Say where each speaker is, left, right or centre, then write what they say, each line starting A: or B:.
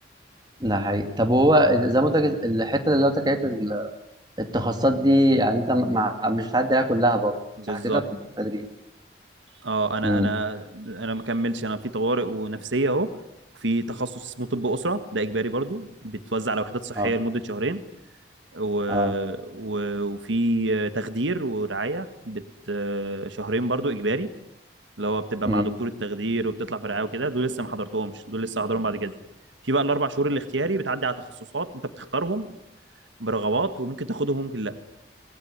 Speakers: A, on the right; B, on the right.
A: ده حقيقي طب وهو زي ما قلت لك الحتة اللي قلت لك عليها ال- التخصصات دي يعني انت مع مش هتعدي عليها كلها برضه
B: بالظبط
A: صح كده في التدريب
B: اه انا
A: امم
B: انا انا ما كملش انا في طوارئ ونفسيه اهو في تخصص اسمه طب اسره ده اجباري برضو بتوزع على وحدات صحيه
A: اه
B: لمده شهرين و...
A: اه
B: و... وفي تخدير ورعاية بت... شهرين برضو إجباري اللي هو بتبقى
A: امم
B: مع دكتور التخدير وبتطلع في رعاية وكده دول لسه ما حضرتهمش دول لسه هحضرهم بعد كده في بقى الأربع شهور الاختياري بتعدي على تخصصات أنت بتختارهم برغبات وممكن تاخدهم وممكن لأ